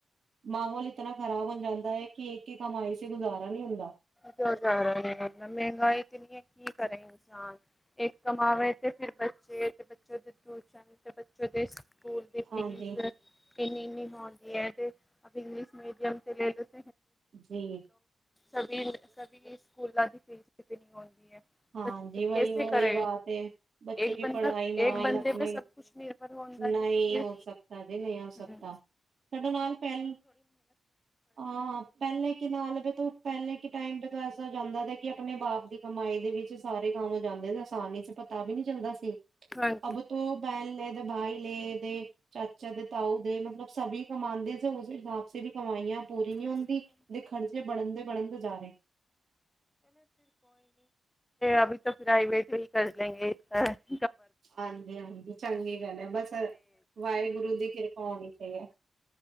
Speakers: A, on the right; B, on the left.
A: ਮਾਹੌਲ ਇਤਨਾ ਖ਼ਰਾਬ ਹੋ ਜਾਂਦਾ ਹੈ ਕਿ ਇੱਕ ਹੀ ਕਮਾਈ ਸੇ ਗੁਜ਼ਾਰਾ ਨਹੀਂ ਹੁੰਦਾ?
B: ਕਿਉਂ ਜਾ ਰਿਹਾ ਅਮਨ ਮਹਿੰਗਾਈ ਇਤਨੀ ਹੈ ਕੀ ਕਰੇ? ਇੱਕ ਕਮਾਵੇ ਤੇ। ਫਿਰ ਬੱਚੇ ਤੇ ਬੱਚੇ ਦੇ ਟਿਊਸ਼ਨ ਤੇ ਬੱਚੇ ਦੇ। ਸਕੂਲ ਦੀ
A: ਹਾਂਜੀ।
B: ਫੀਸ ਇੰਨੀ ਇੰਨੀ ਆਉਂਦੀ ਹੈ ਤੇ ਅਸੀਂ ਇੰਗਲਿਸ਼ ਮੀਡੀਅਮ ਤੇ ਲੈ ਲਏ।
A: ਜੀ।
B: ਕਵੀ ਇੰਗਲੀਸ਼ ਕਵੀ ਫ਼ੀਸ। ਸਕੂਲਾਂ ਦੀ ਫੀਸ ਕਿਤਨੀ ਆਉਦੀ ਹੈ?
A: ਹਾਂਜੀ ਵਹੀ
B: ਕੈਸੇ
A: ਵਾਲੀ
B: ਕਰੇ
A: ਬਾਤ ਹੈ ਬੱਚੋਂ
B: ਇੱਕ
A: ਕੀ
B: ਬੰਦਾ
A: ਪੜ੍ਹਾਈ ਨਾਲ
B: ਇੱਕ ਬੰਦੇ
A: ਆਪਣੇ
B: ਪੇ ਸਭ ਕੁਛ ਨਿਰਭਰ ਹੁੰਦਾ
A: ਨਹੀਂ
B: ਤਾਂ ਫਿਰ
A: ਹੋ ਸਕਦਾ ਜੀ ਨਹੀਂ ਹੋ ਸਕਦਾ
B: ਹਮ
A: ਸਾਡੇ ਨਾਲ ਪਹਿਲ ਹਾਂ ਪਹਿਲੇ ਕਿ ਨਾਲ ਤੂੰ। ਪਹਿਲੇ ਕੇ ਟਾਈਮ ਪੇ ਤੋਂ ਐਸਾ ਜਾਂਦਾ ਕਿ ਆਪਣੇ ਬਾਪ ਦੀ ਕਮਾਈ ਹੈ? ਵਿੱਚ ਸਾਰੇ ਕੰਮ ਹੋ ਜਾਂਦੇ ਆਸਾਨੀ ਸੀ ਪਤਾ ਵੀ ਨੀ ਚੰਦਾ ਸੀ
B: ਵੀ ਨਹੀਂ
A: ਅਭ ਤੋਂ ਬੈਨ ਲੈਦਾ ਬਾਈ ਲਏ ਦੇ ਚਾਚਾ ਦੇ ਤਾਊ ਦੇ ਮਤਲਬ ਸਭ ਕਮਾਉਂਦੇ ਸੀ ਉਸਦੇ ਹਿਸ ਵੀ ਕਮਾਈ ਐ ਪੂਰੀ
B: ਹਾਂਜੀ
A: ਨਹੀਂ ਹੁੰਦੀ
B: ਹਾਂਜੀ
A: ਦੇ ਖਰਚੇ ਬਣਨ ਦੇ ਬੜਨਦੇ ਜਾ ਰਹੇ
B: ਅਭੀ ਤਾਂ ਪ੍ਰਾਈਵੇਟ ਹੀ ਕਰ ਲੈਂਗੇੇ ਇ
A: ਹਾਂਜੀ-ਹਾਂਜੀ ਚੰਗੀ ਗੱਲ ਹੈ। ਬਸ ਵਾਹਿਗੁਰੂ ਦੀ ਕਿਰਪਾ ਹੋਣੀ ਚਾਹੀ ਹੈ